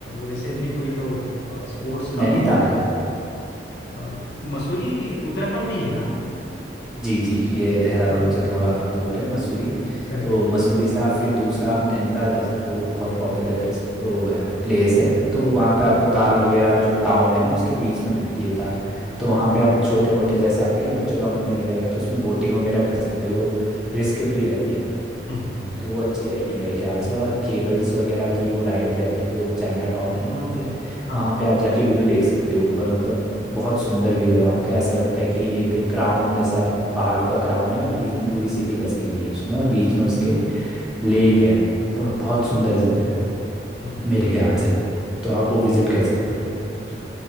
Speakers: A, on the left; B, in the centre.
A: रिसेंटली कोई तो स्पोर्ट्स
B: नैनीताल
A: का अ, मसूरी उत्तराखंड में ही है ना
B: जी जी ये देहरादून
A: हाँ
B: से थोड़ा दूर है मसूरी
A: करेक्ट
B: तो मसूरी से आप फिर दूसरा आप नैनीताल जा सकते हो वो बहुत
A: करेक्ट
B: पॉपुलर इस वो है प्लेस है
A: हम्म,
B: तो वहाँ पे आपको ताल वगैरह जो टाउन है ना उसके बीच में मिलती है ताल तो
A: हाँ
B: वहाँ पे आप छोटे मोटे जैसे आप कह रहे हैं बच्चों का मन लगे रहेगा तो उसमें बोटिंग वगैरह कर सकते हो
A: हाँ
B: रिस्क फ्री रहती है
A: हम्म, हम्म, हम्म,
B: तो वो अच्छी रहेगी मेरे ख्याल से और केबल्स वगैरह की वो राइड रहती है जो चाइना टॉप है ना वहाँ पे
A: हाँ,
B: वहाँ पे आप जाके व्यू देख सकते हो ऊपर मतलब बहुत सुंदर व्यू है वहाँ का ऐसा लगता है कि एक क्राउन जैसा पहाड़ों का क्राउन है और बीच में पूरी सिटी बसी हुई है उसमें और बीच में उसके लेक है तो
A: हाँ,
B: बहुत सुंदर जगह है वो
A: हम्म, हम्म,
B: मेरे ख्याल से तो तो आप वो विजिट कर सकते हो
A: अच्छा